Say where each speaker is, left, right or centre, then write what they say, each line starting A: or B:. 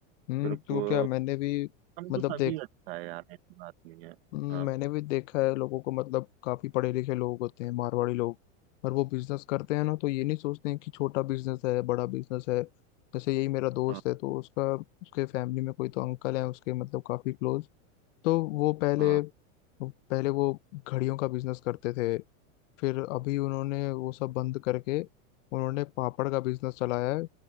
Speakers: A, on the left (about 65°); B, on the right (about 45°).
A: हम्म
B: फिर
A: तो
B: वो
A: क्या मैंने भी
B: हम
A: मतलब
B: तो सभी
A: देख
B: अच्छा है यार ऐसी बात नहीं है
A: हम्म,
B: हाँ
A: मैंने भी देखा है लोगों को मतलब काफी पढ़े लिखे लोग होते हैं मारवाड़ी लोग पर वो बिजनेस करते हैं ना तो ये नहीं सोचते हैं कि छोटा बिजनेस है बड़ा बिजनेस है जैसे यही मेरा दोस्त
B: हाँ
A: है तो उसका उसके फैमिली में कोई तो अंकल है उसके मतलब काफी क्लोज तो वो पहले
B: हाँ
A: पहले वो घड़ियों का बिजनेस करते थे फिर अभी उन्होंने वो सब बंद करके उन्होंने पापड़ का बिजनेस चलाया है